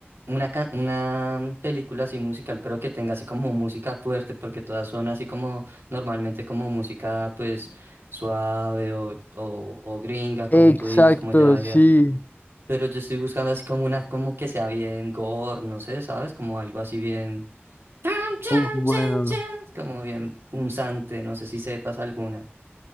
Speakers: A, on the right; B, on the left.
A: una, ca- una película así musical, pero que tenga así como música fuerte, porque todas son así como normalmente como música pues suave o, o, o gringa, como
B: Exacto,
A: tú dices, como ya diría.
B: sí.
A: Pero yo estoy buscando así como una, como que sea bien gore, no sé, ¿sabes? Como algo así bien. Chan, chan,
B: Uf, bueno.
A: chan, chan. Como bien punzante, no sé si sepas alguna.